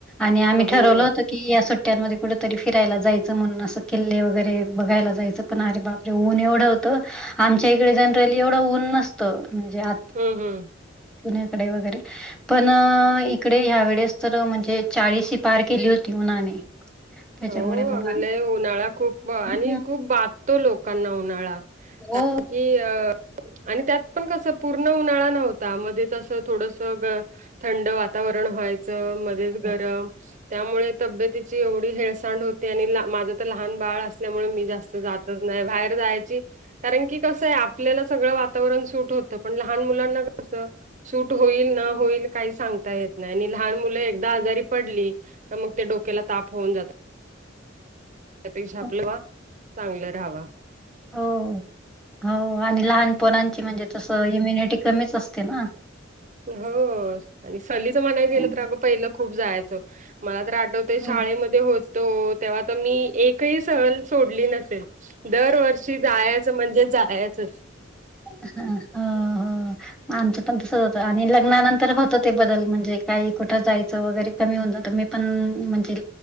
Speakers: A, in the centre; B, on the right.
A: आणि आम्ही
B: हो.
A: ठरवल होत की या सुट्ट्यांमध्ये कुठंतरी फिरायला जायचं म्हणून असं किल्ले वगैरे बघायला जायचं पण अरे बाप ऊन एवढं होतं आमच्या इकडे जनरली एवढं ऊन नसतं म्हणजे आ
B: हं, हं.
A: पुण्याकडे वगैरे पण इकडे ह्या वेळेस तर म्हणजे चाळीसही पार केली होती उन्हाने. त्याच्यामुळे
B: हो
A: मग
B: अग
A: आम्ही
B: लेय उन्हाळा खूप ब आणि
A: हं, हं.
B: खूप बाधतो लोकांना उन्हाळा
A: हो,
B: कारण की अ आणि त्यात पण कस पूर्ण उन्हाळा नव्हता मध्येच अस थोडस ग थंड वातावरण व्हायचं मध्येच गरम
A: हो.
B: त्यामुळे तब्बेतीची येवढी हेळसांड होते आणि ला माझ तर लहान बाळ अस असल्यामुळे मी जास्त जातच नाही बाहेर जायची कारण की कसं आहे आपल्याला सगळं वातावरण सुट होतं पण लहान मुलांना कसं सूट होईल न होईल काही सांगता येत नाही आणि लहान मुलं एकदा आजारी पडली मग ते डोक्याला ताप होऊन जात. त्या पेक्षा
A: हो,
B: आपलवा चांगलं राहावा.
A: हो हो आणि लहानपणंची म्हणजे तसं इम्युनिटी कमीच असते ना.
B: हो आणि सलीच म्हणाय
A: हं,
B: गेलं तर अगं पहिलं खूप जायचं मला तर आठव ते
A: हं.
B: शाळेमध्ये होतो तेव्हा तर मी एकही सहल सोडली नसेल. दरवर्षी जायाचं म्हणजे जायाचंच.
A: ह हा हा. आमचं पण तसच होत आणि लग्नानंतर होतं ते बदल म्हणजे काही कुठं जायचं वगैरे कमी होऊन जात मी पण म्हणजे